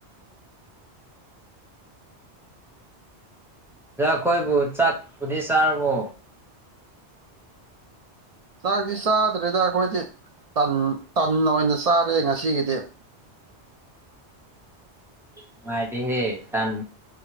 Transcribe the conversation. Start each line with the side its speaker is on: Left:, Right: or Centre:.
Centre: ꯑꯗ ꯑꯩꯈꯣꯏꯕꯨ ꯆꯥꯛꯄꯨꯗꯤ ꯆꯥꯔꯕꯣ
Right: ꯆꯥꯛꯗꯤ ꯆꯥꯗ꯭ꯔꯦꯗ ꯑꯩꯈꯣꯏꯗꯤ ꯇꯟ ꯇꯟ ꯑꯣꯏꯅ ꯆꯥꯔꯦ ꯉꯁꯤꯒꯤꯗꯤ
Centre: ꯅꯨꯡꯉꯥꯏꯇꯦ ꯍꯦ ꯇꯟ